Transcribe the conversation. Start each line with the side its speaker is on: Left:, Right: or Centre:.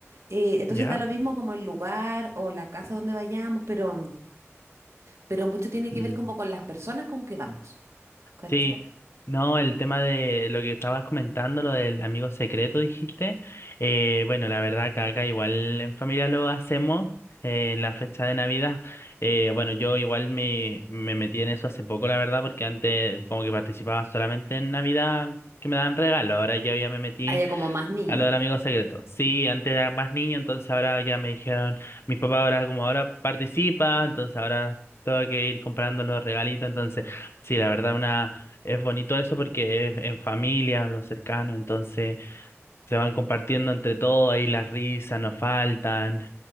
Right: eh, entonces
Left: ¿ya?
Right: da lo mismo como el lugar o la casa donde vayamos, pero, pero mucho tiene que
Left: Mm.
Right: ver como con las personas con que vamos, ¿cachai?
Left: Sí, no, el tema de lo que estabas comentando, lo del amigo secreto, dijiste. Eh, bueno, la verdad que acá igual en familia lo hacemos eh, en la fecha de Navidad. Eh, bueno, yo igual me, me metí en eso hace poco, la verdad, porque antes como que participaba solamente en Navidad que me daban regalo. Ahora yo ya me metí
Right: Haya como más niños.
Left: a lo del amigo secreto. Sí, antes era más niño, entonces ahora ya me dijeron, mis papás ahora como ahora participa, entonces ahora tengo que ir comprando los regalitos, entonces sí, la verdad una es bonito eso porque es en familia, los cercanos, entonces se van compartiendo entre todos, ahí las risas no faltan,